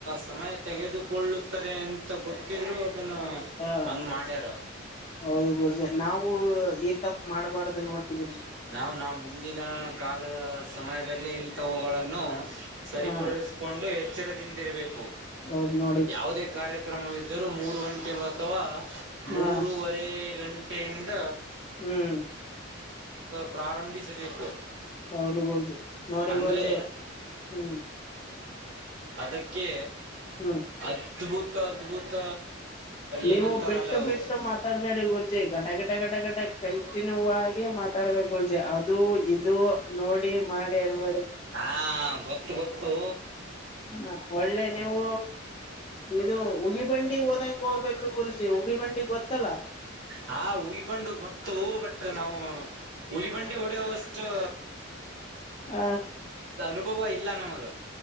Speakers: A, on the right (about 65°); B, on the left (about 25°).
A: ಸಮಯ ತೆಗೆದುಕೊಳ್ಳುತ್ತದೆ ಅಂತ ಗೊತ್ತಿದ್ರು ಅದನ್ನ
B: ಹ
A: ಹಂಗ ಮಾಡ್ಯಾರ
B: ಹೌದು ಗುರ್ಜಿ ನಾವು ಈ ತಪ್ಪ ಮಾಡ್ಬಾರ್ದ ನೋಡಿ ಗುರ್ಜಿ
A: ನಾವು ನಾವು ಮುಂದಿನ ಕಾಲ ಸಮಯದಲ್ಲಿ ಇಂಥವುಗಳನ್ನು ಸರಿಪಡಿಸಕೊಂಡು
B: ಹಾ
A: ಎಚ್ಚರದಿಂದಿರಬೇಕು
B: ಹೌದು <unintelligible>
A: ಯಾವುದೇ ಕಾರ್ಯಕ್ರಮವಿದ್ದರೂ ಮೂರು ಗಂಟೆ ಅಥವಾ ಮೂರವರೆ
B: ಹಾ
A: ಗಂಟೆ ಬಟ್ಟೆಯಿಂದ
B: ಹ್ಮ್
A: ಪ್ರಾರಂಭಿಸಬೇಕು
B: ಹೌದು ಗುರ್ಜಿ ನೋಡಿ
A: ಅಂದ್ರೆ
B: ಗುರ್ಜೆ ಹ್ಮ್
A: ಅದಕ್ಕೆ
B: ಹ್ಮ್
A: ಅದ್ಭುತ ಅದ್ಭುತ
B: ನೀವು
A: ಏನಂತಾರಲ್ಲವು
B: ಬಿಟ್ಟು ಬಿಟ್ಟು ಮಾತಾಡ್ಬೇಡಿ ಗುರ್ಜಿ ಗಡ ಗಡ ಗಡ ಗಡ ಕಂಟಿನ್ಯೂ ಆಗಿ ಮಾತಾಡ್ಬೇಕ ಗುರೂಜಿ ಇದು ಇದು ನೋಡಿ ಮಾಡಿ ಅನುಬೇದರೆ
A: ಹಾ ಗೊತ್ತು ಗೊತ್ತು
B: ಹ್ಮ ಒಳ್ಳೆ ನೀವು ಇದು ಉಗಿಬಂಡಿ ಓದಂಗ ಹೋಗ್ಬೇಕು ಗುರುಜಿ ಉಗಿಬಂಡಿ ಗೊತ್ತಲ್ಲ
A: ಹ ಉಗಿಬಂಡಿ ಗೊತ್ತು ಬಟ್ ನಾ ಉಗಿಬಂಡಿ ಓಡ್ತಾ ಅಷ್ಟು
B: ಹ
A: ಅನುಭವ ಇಲ್ಲ ನಮಗ